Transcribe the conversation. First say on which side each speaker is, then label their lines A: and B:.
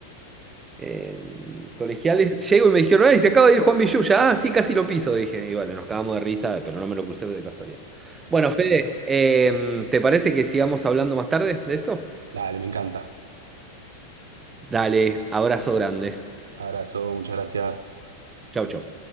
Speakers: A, on the right; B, on the right.
A: en colegiales. Llego y me dijeron, ¡ay, se acaba de ir Juan Villuya! Ah, sí, casi lo piso, dije. Y bueno, nos cagamos de risa, pero no me lo crucé de casualidad. Bueno, Fede, em, ¿te parece que sigamos hablando más tarde de esto?
B: Dale, me encanta.
A: Dale, abrazo grande.
B: Abrazo, muchas gracias.
A: Chau, chau.